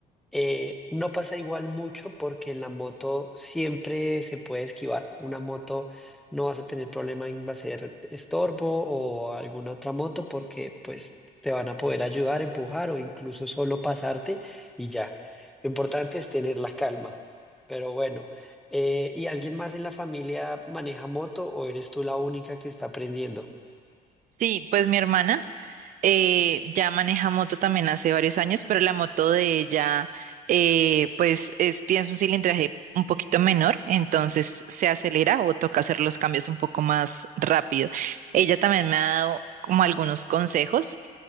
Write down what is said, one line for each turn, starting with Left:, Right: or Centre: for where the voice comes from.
Centre: eh, no pasa igual mucho porque en la moto siempre se puede esquivar. Una moto no vas a tener problema en va a ser estorbo o alguna otra moto porque pues te van a poder ayudar, empujar o incluso solo pasarte y ya. Lo importante es tener la calma. Pero bueno, eh, ¿y alguien más en la familia maneja moto o eres tú la única que está aprendiendo?
Right: Sí, pues mi hermana eh, ya maneja moto también hace varios años, pero la moto de ella eh, pues es, tiene un cilindraje un poquito menor, entonces se acelera o toca hacer los cambios un poco más rápido. Ella también me ha dado como algunos consejos